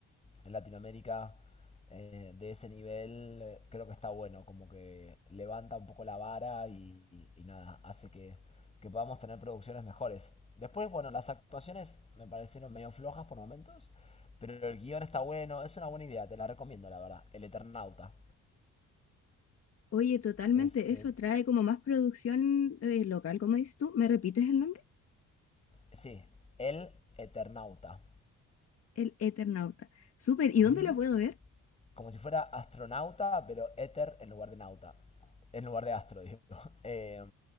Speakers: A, on the left; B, on the left.
A: en Latinoamérica eh, de ese nivel eh, creo que está bueno. Como que levanta un poco la vara y, y nada, hace que, que podamos tener producciones mejores. Después, bueno, las actuaciones me parecieron medio flojas por momentos, pero el guión está bueno, es una buena idea, te la recomiendo, la verdad. El Eternauta.
B: Oye, totalmente,
A: Es, es-
B: eso trae como más producción eh, local, como dices tú. ¿Me repites el nombre?
A: Sí, el eternauta.
B: El Eternauta. Súper, ¿y
A: Ujú.
B: dónde lo puedo ver?
A: Como si fuera astronauta, pero éter en lugar de nauta. En lugar de astro, digo. <laughs> Eh,